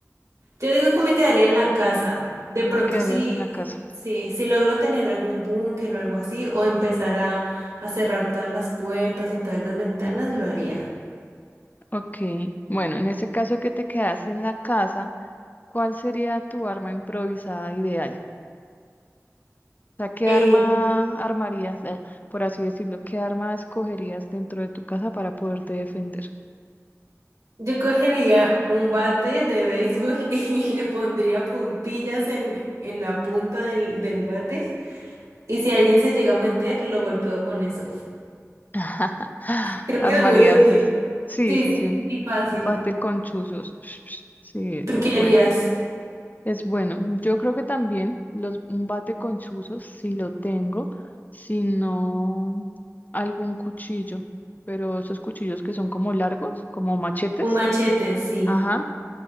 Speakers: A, on the right; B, on the left.
A: Yo digo que me quedaría en la casa, de pronto
B: Te quedarías
A: si
B: en la casa.
A: si si logro tener algún búnker o algo así, o empezar a, a cerrar todas las puertas y todas las ventanas, lo haría.
B: Ok. Bueno, en ese caso que te quedas en la casa, ¿cuál sería tu arma improvisada ideal? O sea, ¿qué
A: Eh,
B: arma armarías, eh, por así decirlo, qué arma escogerías dentro de tu casa para poderte defender?
A: Yo cogería un bate de béisbol <laughs> y le pondría puntillas en, en la punta del, del bate. Y si alguien se llega a meter, lo golpeo con eso.
B: <laughs>
A: Creo que
B: Armarías
A: es muy útil.
B: eso. Sí,
A: Sí,
B: sí,
A: sí,
B: sí. Un
A: y fácil.
B: un bate con chuzos. <laughs> Sí,
A: ¿Tú
B: es
A: qué harías?
B: bueno. Es bueno. Yo creo que también los, un bate con chuzos, si lo tengo, si no, algún cuchillo. Pero esos cuchillos que son como largos, como machetes.
A: Un machete, sí.
B: Ajá,